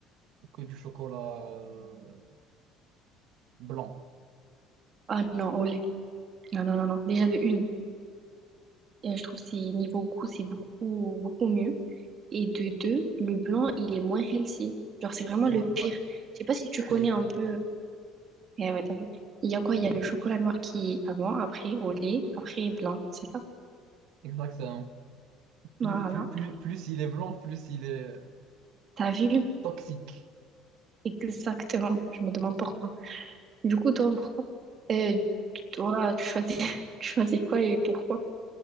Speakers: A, on the right; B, on the right.
A: ou que du chocolat euh, blanc.
B: Ah non, au lait. Non, non, non, non. Déjà de une, euh, je trouve que c'est niveau goût, c'est beaucoup, beaucoup mieux. Et de deux, le blanc, il est moins healthy. Genre, c'est vraiment
A: Ouais,
B: le pire.
A: ouais,
B: Je sais pas si tu connais
A: c'est le
B: un
A: pire.
B: peu Eh ouais, t'as vu. Il y a quoi? Il y a le chocolat noir qui est avant, après au lait, après blanc, c'est ça?
A: Exactement.
B: Voilà.
A: Plus, plus, plus, plus il est blanc, plus il est
B: T'as vu?
A: toxique.
B: Exactement. Je me demande pourquoi. Du coup, toi, pourquoi? Euh, toi, tu choisis, <laughs> tu choisis quoi et pourquoi?